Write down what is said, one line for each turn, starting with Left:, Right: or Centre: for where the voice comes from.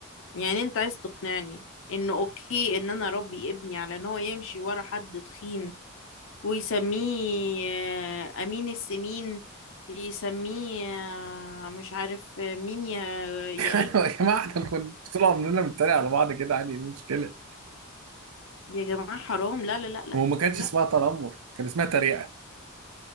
Left: يعني انت عايز تقنعني انه اوكي ان انا اربي ابني على ان هو يمشي ورا حد تخين ويسميه آه، امين السمين يسميه آه، مش عارف آه، مين يا يا
Right: <laughs>
Left: ايه
Right: يا جماعه احنا كنا طول عمرنا بنتريق على بعض كده عادي ايه المشكله
Left: يا جماعه حرام لا لا لا لا
Right: هو ما كانش
Left: لا
Right: اسمها تنمر كان اسمها تريقه